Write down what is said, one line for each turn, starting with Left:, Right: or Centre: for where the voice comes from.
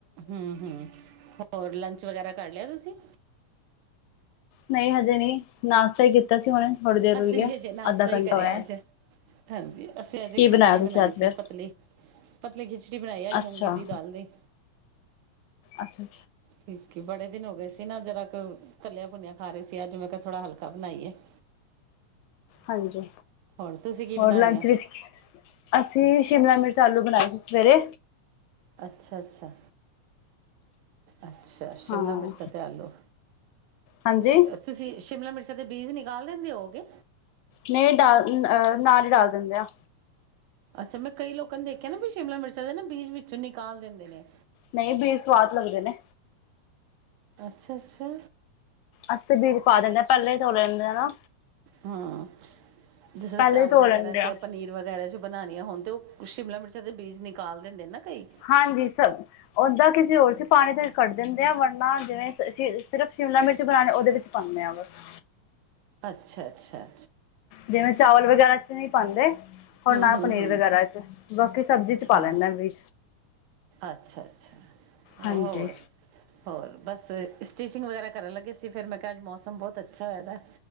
Right: ਹੂੰ-ਹੂੰ ਹੋਰ ਲੰਚ ਵਗੈਰਾ ਕਰ ਲਿਆ ਤੁਸੀਂ
Left: ਨਹੀਂ ਹਜੇ ਨਹੀਂ ਨਾਸ਼ਤਾ ਹੀ ਕੀਤਾ ਸੀ ਹੁਨੇ ਥੋੜ੍ਹੀ ਦੇਰ
Right: ਅਸੀਂ
Left: ਹੋਈ ਹੈ
Right: ਵੀ ਅਜੇ ਨਾਸ਼ਤਾ
Left: ਅੱਧਾ
Right: ਹੀ
Left: ਘੰਟਾ
Right: ਕਰਿਆ
Left: ਹੋਇਆ।
Right: ਅੱਜ ਹਾਂਜੀ ਅਸੀਂ ਅੱਜ
Left: ਕੀ
Right: ਖਿਚੜੀ
Left: ਬਣਾਇਆ ਤੁਸੀਂ
Right: ਬਣਾਈ
Left: ਅੱਜ ਫਿਰ?
Right: ਸੀ ਪਤਲੀ ਪਤਲੀ ਖਿਚੜੀ ਬਣਾਈ ਆ
Left: ਅੱਛਾ
Right: ਮੂੰਗੀ ਦੀ ਦਾਲ ਦੀ
Left: ਅੱਛਾ ਅੱਛਾ
Right: ਠੀਕ ਕੀ ਬੜੇ ਦਿਨ ਹੋ ਗਏ ਸੀ ਨਾ ਜਿਰਾ ਕੇ ਤੱਲਿਆ ਭੁੰਨਿਆ ਖਾ ਰਹੇ ਸੀ ਅੱਜ ਮੈਂ ਕਿਹਾ ਥੋੜ੍ਹਾ ਹਲਕਾ ਬਣਾਈਏ। <inaudible>
Left: ਹਾਂਜੀ
Right: ਹੋਰ ਤੁਸੀਂ ਕੀ ਬਣਾ
Left: ਹੋਰ ਲੰਚ
Right: ਲਿਆ
Left: ਵਿੱਚ ਕੀ ਅਸੀਂ ਸ਼ਿਮਲਾ ਮਿਰਚ ਆਲੂ ਬਣਾਏ ਸੀ ਸਵੇਰੇ
Right: ਅੱਛਾ -ਅੱਛਾ ਅੱਛਾ ਸ਼ਿਮਲਾ
Left: ਹਾਂ
Right: ਮਿਰਚ ਅਤੇ ਆਲੂ
Left: ਹਾਂਜੀ
Right: <inaudible> ਤੁਸੀਂ ਸ਼ਿਮਲਾ ਮਿਰਚਾਂ ਦੇ ਬੀਜ ਨਿਕਾਲ ਦਿੰਦੇ ਹੋਗੇ।
Left: ਨਹੀਂ ਡ ਅ ਨਾਲ ਹੀ ਡਾਲ ਦਿੰਦੇ ਆ
Right: ਅੱਛਾ ਮੈਂ ਕਈ ਲੋਕਾਂ ਨੇ ਦੇਖਿਆ ਨਾ ਵੀ ਸ਼ਿਮਲਾ ਮਿਰਚਾਂ ਦੇ ਨਾ ਬੀਜ ਵਿੱਚੋਂ ਨਿਕਾਲ ਦਿੰਦੇ ਨੇ
Left: ਨਹੀਂ ਬੀ ਸਵਾਦ ਲੱਗਦੇ ਨੇ
Right: ਅੱਛਾ ਅੱਛਾ
Left: ਅਸੀਂ ਤੇ ਬੀਜ ਪਾ ਦਦੇ ਹਾਂ ਪਹਿਲਾਂ ਹੀ ਤੋਲੇ ਲੈਂਦੇਾ
Right: ਹਮ ਜਿਸ ਤਰ
Left: ਪਹਿਲੇ
Right: ਚਾਵਲ
Left: ਹੀ ਧੋ
Right: ਵਗੈਰਾ
Left: ਲੈਂਦੇ
Right: ਚ
Left: ਆ
Right: ਜਾਂ ਪਨੀਰ ਵਗੈਰਾ ਚ ਬਣਾਉਣੀਆਂ ਹੋਣ ਤਾਂ ਉਹ ਸ਼ਿਮਲਾ ਮਿਰਚਾਂ ਦੇ ਬੀਜ ਨਿਕਾਲ ਦਿੰਦੇ ਨਾ ਕਈ
Left: ਹਾਂਜੀ ਸਭ ਓਦਾਂ ਕਿਸੇ ਹੋਰ ਸੀ ਪਾਣੀ ਤੇ ਕੱਢ ਦਿੰਦੇ ਆ ਵਰਨਾ ਜਿਵੇਂ ਸਿਰਫ ਸ਼ਿਮਲਾ ਮਿਰਚ ਬਣਾਉਣੇ ਉਹਦੇ ਵਿੱਚ ਪਾਨੇ ਆ ਬੱਸ
Right: ਅੱਛਾ ਅੱਛਾ ਅੱਛਾ
Left: ਜਿਵੇਂ ਚਾਵਲ ਵਗੈਰਾ ਚ ਨਹੀਂ ਪਾਉਂਦੇ ਹੋਰ
Right: ਹੂੰ
Left: ਨਾਲ
Right: ਹੂੰ
Left: ਪਨੀਰ
Right: ਹੂੰ
Left: ਵਗੈਰਾ ਚ ਬਾਕੀ ਸਬਜ਼ੀ ਚ
Right: ਹਾਂ
Left: ਪਾ ਲੈਂਦੇ ਵੀ
Right: ਅੱਛਾ ਅੱਛਾ
Left: ਹਾਂਜੀ
Right: ਹੋਰ ਹੋਰ ਬਸ ਸਟਿਚਿੰਗ ਵਗੈਰਾ ਕਰਨ ਲੱਗੇ ਸੀ ਫਿਰ ਮੈਂ ਕਿਹਾ ਅੱਜ ਮੌਸਮ ਬਹੁਤ ਅੱਛਾ ਹੋਇਆ